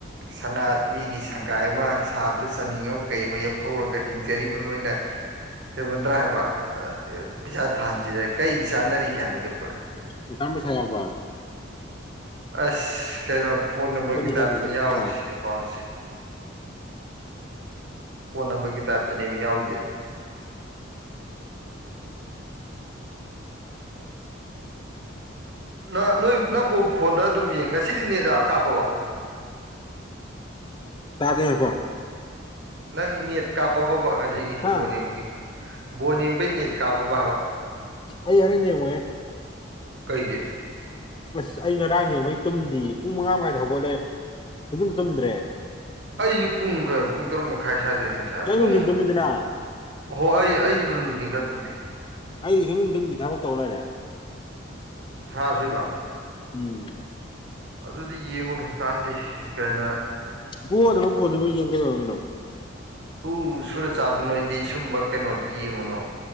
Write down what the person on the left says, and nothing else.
ꯑꯦꯀꯌꯥꯎꯟ ꯄꯩꯁꯥ ꯌꯥꯎꯕ꯭ꯔꯥ
ꯈꯣꯏ ꯅꯤꯡꯁꯤꯡꯕꯤꯕ
ꯈꯣꯠꯄ
ꯇꯥꯗꯦ ꯀꯣ
ꯍꯥ
ꯑꯩ ꯍꯣꯔꯦꯟ ꯌꯦꯡꯉꯣꯏꯍꯦ
ꯑꯁ ꯑꯩ ꯉꯔꯥꯡ ꯌꯦꯡꯕꯩ ꯇꯨꯝꯗ ꯄꯨꯡ ꯃꯪꯉꯥ ꯃꯈꯉꯥꯏꯗ ꯍꯧꯒꯠꯂꯦ ꯁꯨꯛꯇꯨꯝ ꯇꯨꯝꯗ꯭ꯔꯦ
ꯅꯪ
ꯅꯨꯡꯊꯤꯟ ꯇꯨꯝꯃꯤꯗꯅ
ꯑꯩꯗꯤ ꯁꯨꯛꯇꯨꯝ ꯇꯨꯝꯗꯦ ꯊꯕꯛ ꯇꯧ ꯂꯩꯔꯦ
ꯎꯝ
ꯄꯦꯗꯔꫭꯕ ꯕꫭꯟꯗꯨꯕꯨ ꯌꯦꯡꯉ ꯀꯩꯗꯧꯅ ꯗꫭꯏꯅꫭ